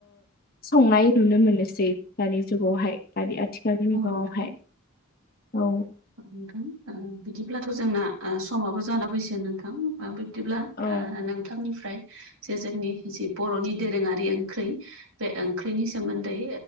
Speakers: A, on the left; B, on the right.
A: संनाय नुनो मोनोसै दानि जुगावहाय बादि आथिखालनि
B: औ
A: मुगङावहाय
B: नोंथां
A: औ
B: नोंथां बिदिब्लाथ' जोंना समाबो जाना फैगोन नोंथां बे बिदिब्ला
A: औ
B: नोंथांनिफ्राय जे जोंनि जि बर'नि दोरोङारि ओंख्रि बे ओंख्रिनि सोमोन्दै